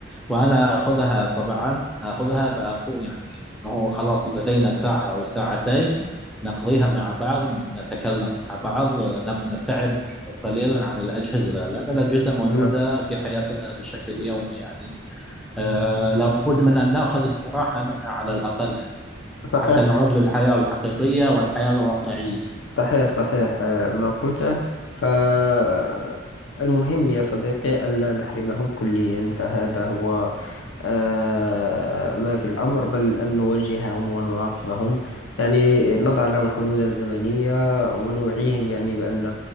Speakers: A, in the centre; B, on the left (about 70°).
A: وأنا أخذها طبعا أخذها بأقول يعني أنه خلاص لدينا ساعة أو ساعتين نقضيها مع بعض نتكلم مع بعض نب- نبتعد قليلا عن الأجهزة لأن الأجهزة موجودة
B: نعم
A: في حياتنا بشكل يومي يعني آه، لابد من أن نأخذ استراحة منها على الأقل يعني
B: صحيح
A: حتى نعود للحياة الحقيقية والحياة الواقعية يعني.
B: صحيح صحيح آه، ما قلته فالمهم يا صديقي ألا نحرمهم كليا فهذا هو آه، ما في الأمر بل أن نوجههم ونراقبهم يعني نضع لهم حدودا زمنية ونوعيهم يعني بأن